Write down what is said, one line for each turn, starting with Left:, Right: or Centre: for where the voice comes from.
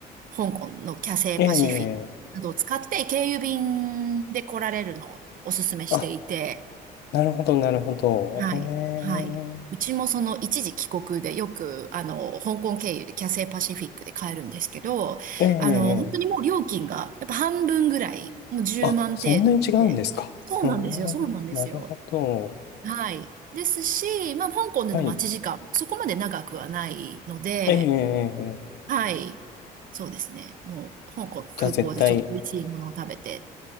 Right: 香港のキャセイパシフィックなどを使って、
Left: ええ。
Right: 経由便で来られるのをお勧めしていて、
Left: あ、なるほど、なるほど。
Right: はい、
Left: へえ。
Right: はい。うちもその一時帰国でよく、あの、香港経由でキャセイパシフィックで買えるんですけど、
Left: ええ、
Right: あの、本当にもう料金がやっぱ半分ぐらい、
Left: ええ
Right: もう10万程度で。
Left: あ、そんなに違うんですか。
Right: そうなんですよ、
Left: うーん、
Right: そうなんですよ。
Left: なるほど。
Right: はい。ですし、まあ、香港での待ち時間、
Left: はい。
Right: そこまで長くはないので、
Left: ええ
Right: はい。そうですね。もう、香港の空港でちょっと美味しいものを食べて、
Left: じゃあ絶対、